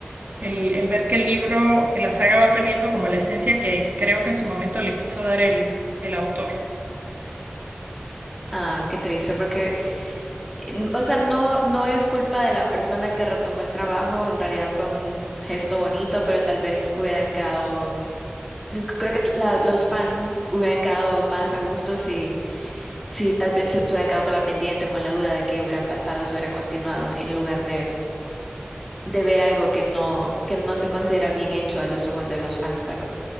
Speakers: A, on the right (about 45°); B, in the centre.
A: el, el ver que el libro, que la saga va perdiendo como la esencia que creo que en su momento le quiso dar el, el autor.
B: Ah, qué triste, porque n- O sea, no, no es culpa de la persona que retomó el trabajo, en realidad fue un gesto bonito, pero tal vez hubiera quedado, creo que la- los fans hubieran quedado más a gusto si, si tal vez se se hubieran quedado con la pendiente o con la duda de qué hubiera pasado si hubiera continuado, en lugar de, de ver algo que no, que no se considera bien hecho a los ojos de los fans, ¿verdad?